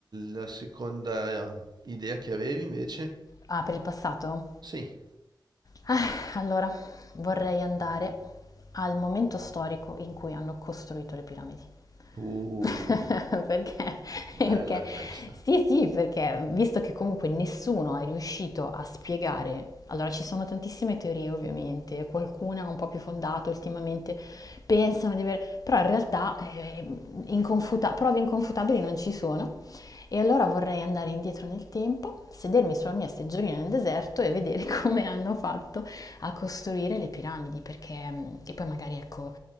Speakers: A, on the right; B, on the left.
A: la seconda idea che avevi invece?
B: Ah, per il passato?
A: Sì.
B: Ah, allora, vorrei andare al momento storico in cui hanno costruito le piramidi.
A: Uh,
B: <laughs> Perché? Perché
A: bella questa.
B: sì, sì, perché visto che comunque nessuno è riuscito a spiegare, allora ci sono tantissime teorie ovviamente, qualcuna un po' più fondata ultimamente, pensano di avere, però in realtà eh, inconfuta- prove inconfutabili non ci sono e allora vorrei andare indietro nel tempo, sedermi sulla mia seggiolina nel deserto e vedere <laughs> come hanno fatto a costruire le piramidi, perché mm, e poi magari ecco,